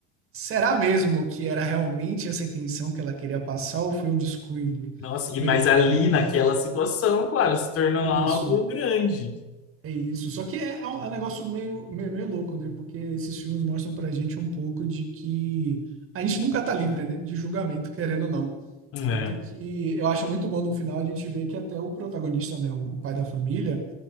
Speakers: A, on the right; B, on the left.
A: será mesmo que era realmente essa intenção que ela queria passar ou foi um descuido?
B: Nossa, e
A: Ou
B: mas
A: então,
B: ali naquela situação, claro, se tornou
A: isso.
B: algo grande.
A: É isso. Só que é, é um é um negócio meio, meio, meio louco, né? Porque esses filmes mostram pra gente um pouco de que a gente nunca tá livre, né? De julgamento, querendo ou não.
B: É.
A: Tanto que eu acho muito bom no final a gente ver que até o protagonista, né? O pai da família,